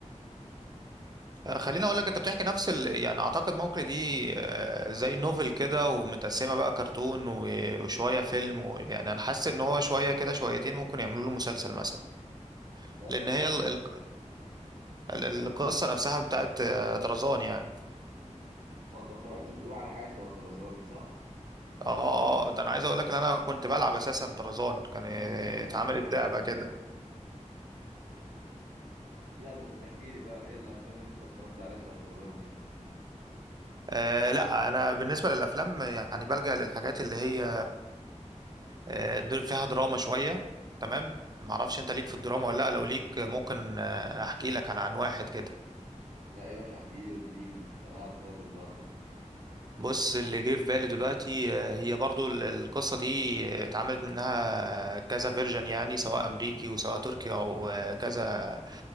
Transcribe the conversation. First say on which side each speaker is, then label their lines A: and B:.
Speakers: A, on the right; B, on the right.
A: آه، خليني اقول لك انت بتحكي نفس ال... يعني اعتقد ممكن دي آه، زي نوفل كده ومتقسمه بقى كرتون و... وشويه فيلم و... يعني انا حاسس ان هو شويه كده شويتين ممكن يعملوا له مسلسل مثلا
B: انت قصدك
A: لان هي
B: على
A: ال...
B: انهي؟
A: ال... ال- القصه نفسها بتاعت آه، طرزان يعني
B: هو انت اتفرجت بتقول على حاجة شبه طرزان صح؟
A: اه آه، آه، ده انا عايز اقول لك ان انا كنت بلعب اساسا طرزان كان آه،
B: <laughs>
A: اتعملت لعبه كده
B: لا ده انت تحكي لي بقى ايه الافلام اللي انت اتفرجت عليها شبه طرزان دي؟
A: آه لا انا بالنسبه للافلام يعني بلجأ للحاجات اللي هي آه، در- فيها دراما شوية تمام معرفش انت ليك في الدراما ولا لا لو ليك آه، ممكن آه، احكي لك عن عن واحد كده
B: لا يا باشا احكي لي واديني انا قاعد فاضي النهارده
A: بص اللي جه في بالي دلوقتي آه، هي برضو ال- القصة دي آه، اتعملت منها كذا فيرجن يعني سواء امريكي وسواء تركي او آه، كذا